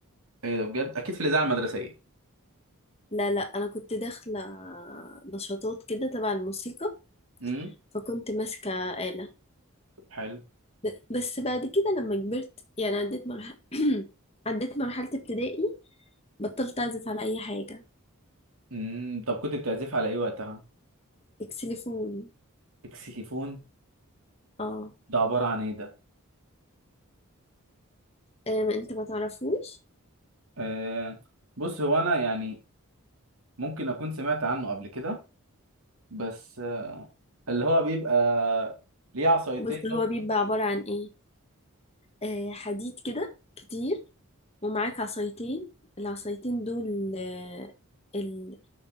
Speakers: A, on the right (about 75°); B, on the left (about 30°).
A: ايه ده بجد اكيد في الاذاعه المدرسيه
B: لا لا انا كنت داخله نشاطات كده تبع الموسيقى
A: امم
B: فكنت ماسكه آلة
A: حلو
B: ب- بس بعد كده لما كبرت يعني عديت مرحله <clears throat> عديت مرحله ابتدائي بطلت اعزف على اي حاجه
A: امم طب كنت بتعزف على ايه وقتها
B: اكسليفون
A: اكسيليفون
B: اه
A: ده عباره عن ايه ده
B: آه، ما انت ما تعرفوش
A: آه بص هو انا يعني ممكن اكون سمعت عنه قبل كده بس اللي هو بيبقى ليه عصايتين
B: بس
A: ده
B: هو
A: وبيبقى-
B: بيبقى عباره عن ايه آه حديد كده كتير ومعاك عصايتين العصايتين دول آه ال...